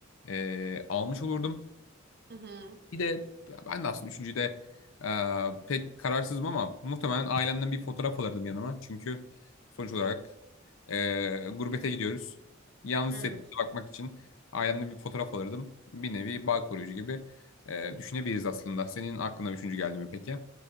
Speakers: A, on the left; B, on the right.
A: e, almış olurdum.
B: Hı hı.
A: Bir de ben de aslında üçüncüde e, pek kararsızım ama muhtemelen ailemden bir fotoğraf alırdım yanıma. Çünkü sonuç olarak e, gurbete gidiyoruz. Yalnız
B: Evet.
A: hissettiğimize bakmak için ailemden bir fotoğraf alırdım. Bir nevi bağ koruyucu gibi e, düşünebiliriz aslında. Senin aklına üçüncü geldi mi peki?